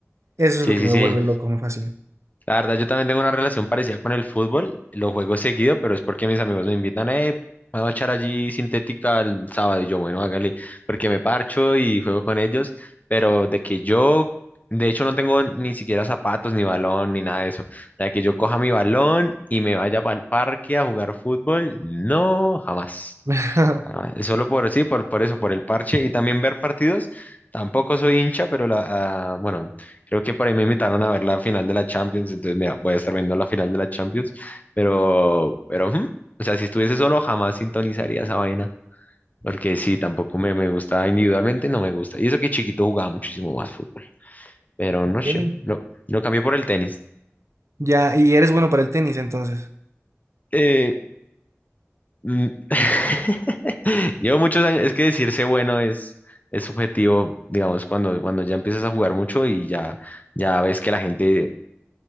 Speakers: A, on the right (about 85°); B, on the left (about 35°).
A: Eso
B: sí,
A: es lo que
B: sí,
A: me
B: sí.
A: vuelve loco, me fascina.
B: La verdad, yo también tengo una relación parecida con el fútbol. Lo juego seguido, pero es porque mis amigos me invitan, eh, vamos a echar allí sintética el sábado. Y yo, bueno, hágale, porque me parcho y juego con ellos. Pero de que yo, de hecho, no tengo ni siquiera zapatos, ni balón, ni nada de eso. De que yo coja mi balón y me vaya para el parque a jugar fútbol, no, jamás.
A: <laughs>
B: Ah, Solo por, sí, por, por eso, por el parche y también ver partidos. Tampoco soy hincha, pero la, ah, bueno, creo que por ahí me invitaron a ver la final de la Champions, entonces mira, voy a estar viendo la final de la Champions, pero, pero, ujú, o sea, si estuviese solo jamás sintonizaría esa vaina, porque sí, tampoco me, me gusta individualmente, no me gusta. Y eso que chiquito jugaba muchísimo más fútbol, pero
A: Ok,
B: no sé, no, lo cambié por el tenis.
A: Ya, y eres bueno para el tenis, entonces.
B: Eh, mm, <laughs> <laughs> Llevo muchos años, es que decirse bueno es, es subjetivo, digamos, cuando, cuando ya empiezas a jugar mucho y ya, ya ves que la gente,